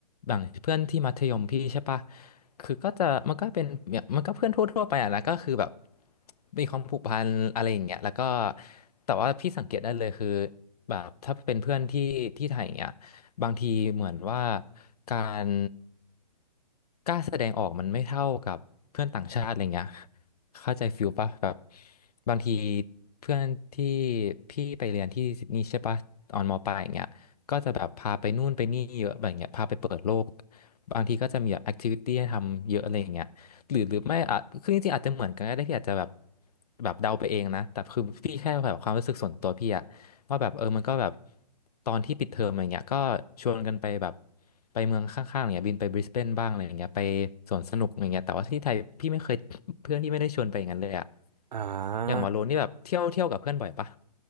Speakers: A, on the left (about 65°); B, on the right (about 85°).
A: อย่างเพื่อนที่มัธยมพี่ใช่ปะคือก็จะมันก็เป็นเนี่ยมันก็เพื่อนทั่วๆไปอ่ะนะก็คือแบบมีความผูกพันอะไรอย่างเงี้ยแล้วก็แต่ว่าพี่สังเกตได้เลยคือแบบถ้าเป็นเพื่อนที่ที่ไทยอย่างเงี้ยบางทีเหมือนว่าการกล้าแสดงออกมันไม่เท่ากับเพื่อนต่างชาติอะไรเงี้ย เข้าใจฟิลปะแบบบางทีเพื่อนที่พี่ไปเรียนที่ซิดนีย์ใช่ปะตอนมปลายอย่างเงี้ยก็จะแบบพาไปนู่นไปนี่เยอะแบบเงี้ยพาไปเปิดโลกบางทีก็จะมีแบบแอคทิวิตี้ให้ทำเยอะอะไรอย่างเงี้ยหรือหรือไม่อ่ะคือจริงๆอาจจะเหมือนกันก็ได้พี่อาจจะแบบแบบเดาไปเองนะแต่คือพี่แค่แบบความรู้สึกส่วนตัวพี่อะ ว่าแบบเออมันก็แบบตอนที่ปิดเทอมอะไรเงี้ยก็ชวนกันไปแบบไปเมืองข้างๆอะไรเงี้ยบินไปบริสเบนบ้างอะไรอย่างเงี้ยไปสวนสนุกอะไรเงี้ยแต่ว่าที่ไทยพี่ไม่เคย <laughs> เพื่อนที่ไม่ได้ชวนไปอย่างนั้นเลยอะ
B: อ่า
A: อย่างวาโลนี่แบบเที่ยวเที่ยวกับเพื่อนบ่อยปะ